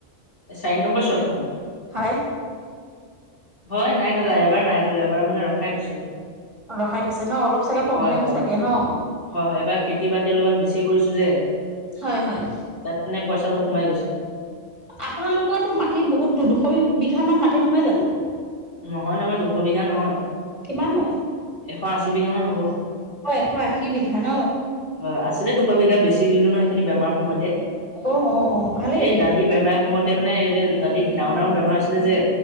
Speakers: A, on the left; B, on the right.
A: চাৰি নম্বৰ চতখন?
B: হয়।
A: হয় নাই ধলা, এবাৰ নাই ধলা এবাৰ মানে ৰখাই থৈছো।
B: ৰখাই থৈছে ন! অলপ চাগে প্ৰব্লেম
A: হয় হয়
B: চাগে ন?
A: হয়, হয়, এইবাৰ খেতি বাতি অলপমান বেছি কৰিছোঁ যে
B: হয়, হয়।
A: তাত মানে পইচাটো সোমাই গৈছে
B: আপোনালোকৰতো মাটি বহুততো, দুশ বিঘা মান মাটি নহয় জানো?
A: নহয়, নহয় দুশ বিঘা নহয়
B: কিমান হয়?
A: এশ আচী বিঘামান হ'ব।
B: অ' এশ আশী বিঘা ন!
A: হয়, আছিলে দুশ বিঘা, বেছি দিলো নহয় সেইখিনি বেমাৰ সময়তে
B: অ অ অ ভালেই
A: এই
B: তেনে
A: দাদী বেমাৰ সময়তে মানে এই যে দাদিৰ ডাঙৰ ডাঙৰ বেমাৰ হৈছিলে যে